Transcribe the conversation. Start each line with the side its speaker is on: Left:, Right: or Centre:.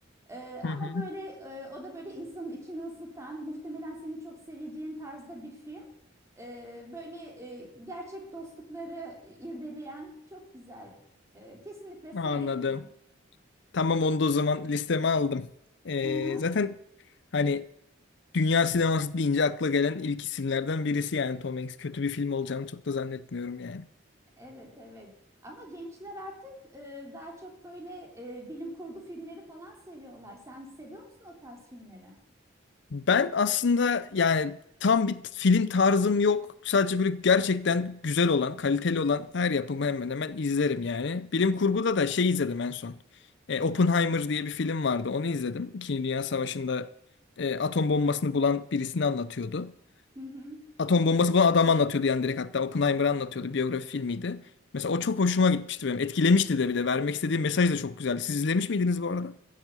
Right: Ee, ama
Left: Hı hı.
Right: böyle e, o da böyle insanın içini ısıtan, muhtemelen seni çok seveceğin tarzda bir film. Ee, böyle e, gerçek dostlukları irdeleyen çok güzel. Ee, kesinlikle seyret
Left: Anladım.
Right: derim.
Left: Tamam onu da o zaman listeme aldım. Ee,
Right: Hı hı.
Left: zaten hani dünya sineması deyince akla gelen ilk isimlerden birisi yani Tom Hanks. Kötü bir film olacağını çok da zannetmiyorum yani.
Right: Evet evet. Ama gençler artık e, daha çok böyle e, bilim kurgu filmleri falan seviyorlar. Sen seviyor musun o tarz filmleri?
Left: Ben aslında yani tam bir film tarzım yok. Sadece böyle gerçekten güzel olan, kaliteli olan her yapımı hemen hemen izlerim yani. Bilim kurguda da şey izledim en son. E, Oppenheimer diye bir film vardı. Onu izledim. İkinci Dünya Savaşı'nda
Right: Evet.
Left: e, atom bombasını bulan birisini anlatıyordu.
Right: Hı hı.
Left: Atom bombası bulan adamı anlatıyordu yani direkt hatta Oppenheimer'ı anlatıyordu. Biyografi filmiydi. Mesela o
Right: Evet.
Left: çok hoşuma gitmişti benim. Etkilemişti de bir de. Vermek istediği mesaj da çok güzeldi. Siz izlemiş miydiniz bu arada?